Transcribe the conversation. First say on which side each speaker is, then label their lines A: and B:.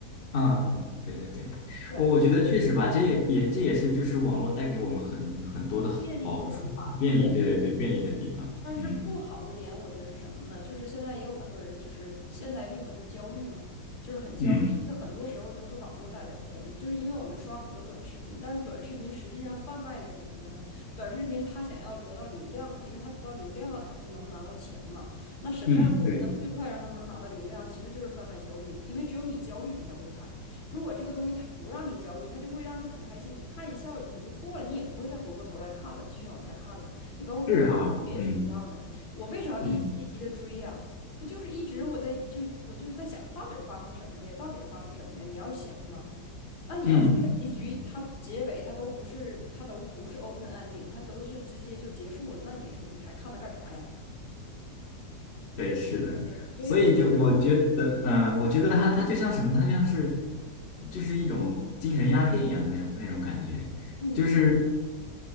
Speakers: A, on the left; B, on the left.
A: 嗯嗯，嗯对对对，
B: 对，
A: 我我觉得确实吧，这也也这也是就是网络带给我们很很多的好处吧，
B: 借力的地方。
A: 便利，
B: 对。
A: 对对对，便利的地方，
B: 但是不好的点，
A: 嗯
B: 我觉得是什么呢？就是现在也有很多人，就是现代病嘛，就是焦虑嘛，就是很焦虑。
A: 嗯
B: 就很多时候都是网络带来的焦虑，就是因为我们刷很多短视频，但是短视频实际上贩卖的是什么呢？短视频它想要得到流量嘛，因为它得到流量了，它才能拿到钱嘛。那什么样的东西能最快让它能拿到流量？
A: 嗯，对对，
B: 其实就是贩卖焦虑，因为只有你焦虑，你才会看。如果这个东西它不让你焦虑，它就会让你很开心，你看一笑你就过了，你也不会再回过头来看了，继续往下看了。你包括看电视剧也是一样的，
A: 是哈，嗯
B: 我为啥要一集一集的追呀、
A: 嗯
B: 不就是一直我在就我就是在想到底儿发生什么了呀，到底儿发生什么了呀？你要想嘛，那你要是每一局它结尾它都不是它都不是
A: 嗯嗯嗯嗯，
B: open ending，它都是直接就结束了，那你说你还看它干啥呀？
A: 对，是的，
B: 对，所以我
A: 所以就我觉得，嗯，
B: 嗯
A: 我觉得它它就像什么，它就像是就是一种精神鸦片一样的那种那种感觉，
B: 嗯
A: 就是。